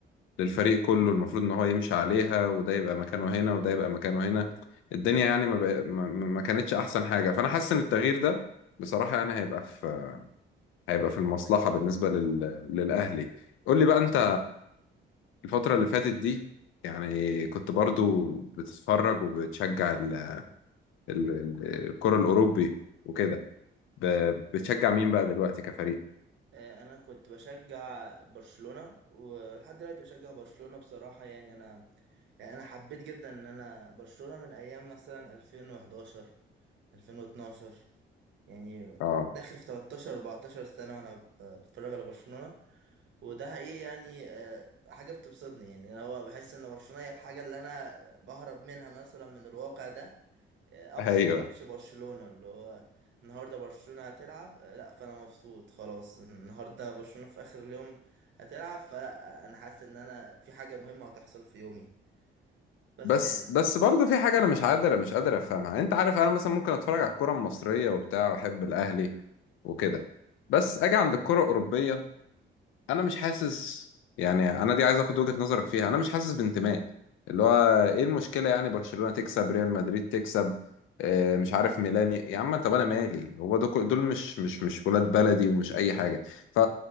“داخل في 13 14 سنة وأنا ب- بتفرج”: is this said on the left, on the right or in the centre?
Right